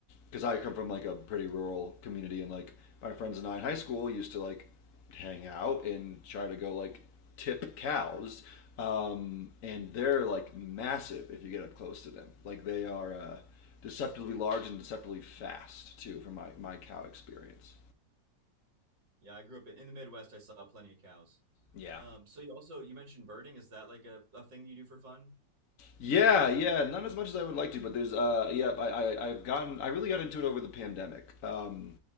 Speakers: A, on the left; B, on the right.
A: because I come from like a pretty rural community, and like my friends and I in high school used to like hang out and try to go like tip cows, um, and they're like massive if you get up close to them. Like they are uh, deceptively large and deceptively fast too, from my my cow experience.
B: Yeah, I grew up in, in the Midwest. I saw plenty of cows.
A: Yeah.
B: Um, so you also you mentioned birding. Is that like a, a thing you do for fun?
A: Yeah, yeah, not as much as I would like to, but there's uh, yeah, I, I I've gotten I really got into it over the pandemic, um,